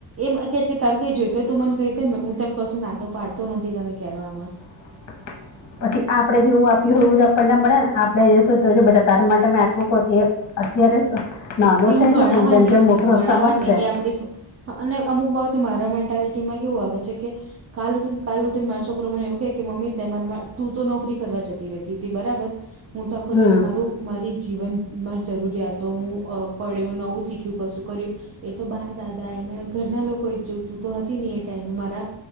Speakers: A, on the right; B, on the left.
A: એમ મન કે તાર કઈ જોઈતો હોય તું મને કઈ રતે હું તને કશું નાતો પાડતો નથી તને કેરવામાં
B: <unintelligible> પછી આપડે જેવું આપ્યું હોય એવું આપણને મળે ને આપડે બેટા તાર માટે મે આટલું અત્યારે સુ નાનો છે
A: હું
B: નહીં
A: ગણાવાની
B: સપન જેમ જેમ મોટો
A: એ ગણાવાની
B: સમજશે
A: એ આખું અને અમુક બાબતે મારા મેન્ટાલિટીમાં કેવું આવે છે કે કાલ ઉઠને કાલ, ઉઠીને મારા છોકરો મને એવું કે કે મમ્મી તે માર તું તો નોકરી કરવા જતી રહેતી હતી બરાબર હું તો આખો
B: હમ
A: દિવસ મારું મારી જીવન માર જરૂરિયાતો હું અ પડ્યો નવું શીખ્યું કશું કર્યું એ તો બા દાદા એને ઘરના લોકોએજ જોયુ તુ તો હતી ની એ ટાઈમે મારા